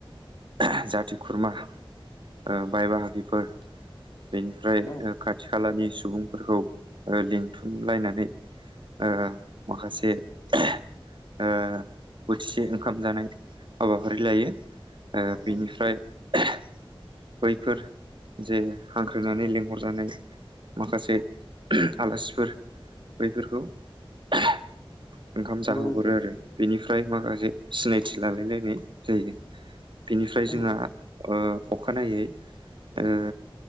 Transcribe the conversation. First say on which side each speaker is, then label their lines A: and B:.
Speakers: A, on the right; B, on the left.
A: <unintelligible> जाथि खुरमा ओ बाय बाहागिफोर बेनिफ्राय
B: औ
A: खाथि खालानि सुबुंफोरखौ ओ लिंथुमलायनानै ओ माखासे <unintelligible> ओ बोथिसे ओंखाम जानाय हाबाफारि लायो ओ
B: औ
A: बिनिफ्राय
B: नंगौ
A: <unintelligible> बैफोर जे हांख्रायनानै लिंहरजानाय माखासे <unintelligible> आलासिफोर बैफोरखौ <unintelligible> ओंखाम जाहोहरो
B: नोंथां
A: आरो बेनिफ्राय माखासे सिनायथि लालायलायनाय जायो बिनिफ्राय
B: औ
A: जोंहा ओ अखानायै ओ